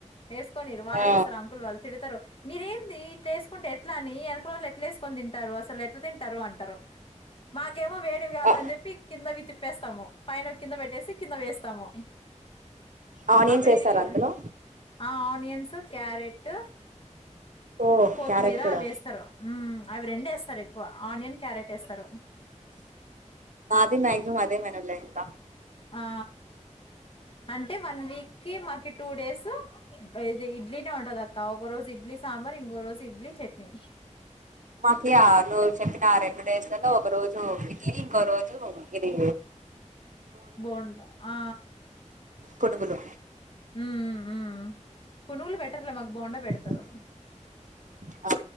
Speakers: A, on the left (about 45°); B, on the right (about 85°).
A: వేసుకొనిరు వాళ్లే
B: ఆ
A: వేస్తారు అంకుల్ వాళ్ళు తిడతారు మీరేంటి ఇట్లేసుకుంటే ఎట్లా అని వెనక నోళ్లు ఎట్లా ఎసుకోని తిం టారు అసలు ఎట్లా తింటారు అంటారు మా కేమో వేడివి కావాలని
B: ఆ
A: చెప్పి కిందవి తిప్ తిప్పేస్తాము పైన కింద పెట్టేసి కింద వేస్తాము.
B: ఆనియన్స్
A: అప్పుడు
B: వేస్తారా
A: ఇరిగి
B: అందులో.
A: ఆ ఆనియన్స్, క్యారెట్.
B: ఓ
A: కొత్తిమీర
B: క్యారెట్ కూడా
A: అవి వేస్తారు. హ్మ్! అవి రెండు వేస్తారు ఎక్కువ ఆనియన్ క్యారెట్ ఏస్తారో.
B: మాది మాక్సిమం అదే మేడమ్ లే ఇంకా.
A: ఆ అంటే వన్ వీక్కిి మాకి టూ డేస్ ఇది ఇడ్లీనే ఉంటాది. అక్క ఒక రోజు ఇడ్లీ సాంబార్ ఇంకో రోజు ఇడ్లీ చట్నీ.
B: మాకి ఆ నువ్వు చెప్పిన ఆ రెండు డేస్లలో ఒక రోజు ఇడ్లీ ఇంకో రోజు ఇది.
A: బోండా ఆ!
B: పునుగులు.
A: ఉ హ్మ్ ఊ పునుగులు పెట్టర్లే మాకు.
B: <inaudible>
A: బోండా పెడతారు
B: ఆ